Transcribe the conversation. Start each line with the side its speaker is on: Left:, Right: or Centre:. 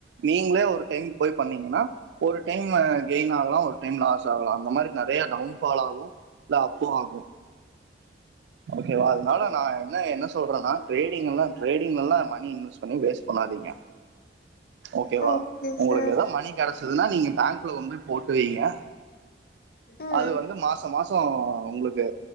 Right: நீங்களே ஒரு டைம் போய் பண்ணீங்கன்னா ஒரு டைம் கெயின் ஆகலா ஒரு டைம் லாஸ் ஆகலா அந்த மாரி நெறையா டவுன் ஃபால் ஆகு இல்ல அப்பு ஆகு ஓகேவா அதுனால
Left: ஓ
Right: நா என்ன என்ன சொல்றேன்னா ட்ரேடிங்கல்லா ட்ரேடிங் எல்லா நம்ம மணி இன்வெஸ்ட் பண்ணி வேஸ்ட் பண்ணாதீங்க ஓகேவா
Left: ஓகே
Right: உங்ளுக்கு
Left: சார்
Right: ஏதோ மணி கெடைச்சதுன்னா நீங்க பேங்க்ல கொண்டு போய் போட்டு வைங்க
Left: ம்
Right: அது வந்து மாசோ மாசோ உங்களுக்கு